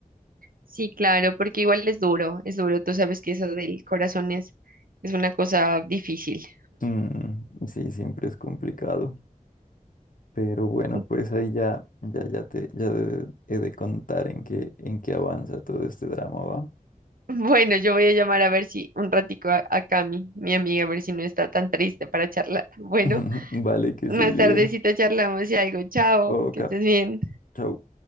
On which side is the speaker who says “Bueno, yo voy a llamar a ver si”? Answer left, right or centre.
Right